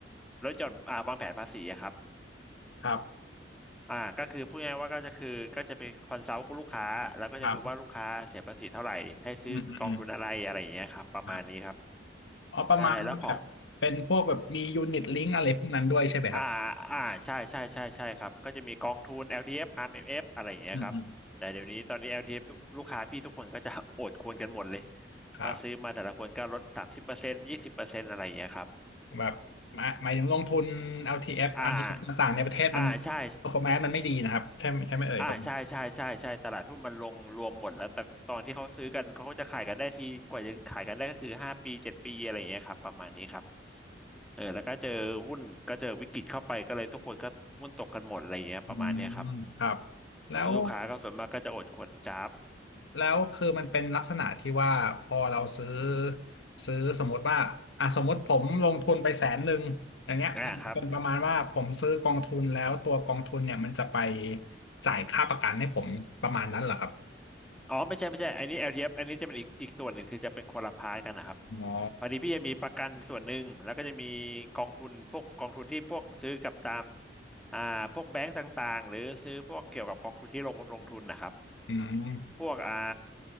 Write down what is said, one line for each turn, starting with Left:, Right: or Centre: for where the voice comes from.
Centre: ลดหย่อนอ่าวางแผนภาษีอะครับ
Left: ครับ
Centre: อ่าก็คือพูดง่ายๆว่าก็จะคือก็จะไปคอนซัลท์กับลูกค้าแล้วก็จะดูว่าลูกค้าเสียภาษีเท่าไหร่
Left: ครับ
Centre: ให้ซื้อกองทุนอะไรอะไรอย่างเงี้ยครับประมาณนี้ครับ
Left: อืมอืมอืมครับอ๋อประมาณว่าแบบเป็นพวกแบบมียูนิตลิงก์อะไรพวกนั้นด้วยใช่ไหมครับ
Centre: ใช่แล้วของ อ่าอ่าใช่ใช่ใช่ใช่ครับก็จะมีกองทุน LTF RMF อฟอาร์เอ็มเอฟอะไรอย่างเงี้ยครับแต่เดี๋ยวนี้ตอนนี้
Left: อืมอืม
Centre: LTF ทเอฟทุกลูกค้าพี่ทุกคนก็จะ <laughs> โอดควรกันหมดเลย
Left: ครับ
Centre: เพอซื้อมาแต่ละคนก็ลดสามสิบเปอร์เซ็นต์ยี่สิบเปอร์เซ็นต์อะไรอย่างเงี้ยครับ
Left: แบบหมายหมายถึงลงทุน l ทีเอฟอาร์ทีเอฟต่างๆในประเทศมัน
Centre: อ่าอ่าใช่
Left: performance มันไม่ดีนะครับใช่ไหมใช่ไหมเอ่ยประมาณ
Centre: อ่าใช่ใช่ใช่ใช่ตลาดหุ้นมันลงรวมหมดแล้วแต่ตอนที่เขาซื้อกันเขาก็จะขายกันได้ทีกว่าจะขายกันได้ก็คือห้าปีเจ็ดปีอะไรอย่างเงี้ยครับประมาณนี้ครับเออแล้วก็เจอหุ้นก็เจอวิกฤตเข้าไปก็เลยทุกคนก็หุ้นตกกันหมดอะไรอย่างเงี้ยประมาณเนี้ยครับ
Left: อืมครับแล้ว
Centre: ลูกค้าก็ส่วนมากก็จะอดควรจับ
Left: แล้วคือมันเป็นลักษณะที่ว่าพอเราซื้อซื้อสมมติว่าอ่ะสมมติผมลงทุนไปแสนหนึ่งอย่างเงี้ยมันจะเป็นประมาณว่าผมซื้อกองทุนแล้วตัวกองทุนเนี่ยมันจะไป
Centre: อ่าครับ
Left: จ่ายค่าประกันให้ผมประมาณนั้นเหรอครับ
Centre: อ๋อไม่ใช่ไม่ใช่อันนี้แอลทีเอฟอันนี้จะเป็นอีกอีกส่วนหนึ่งคือจะเป็นคนละพายกันนะครับ
Left: อ๋อ
Centre: พอดีพี่จะมีประกันส่วนหนึ่งแล้วก็จะมีกองทุนพวกกองทุนที่พวกซื้อกับตามอ่าพวกแบงก์ต่างๆหรือซื้อพวกเกี่ยวกับกองทุนที่ลงลงทุนนะครับ
Left: อืม
Centre: พวกอ่า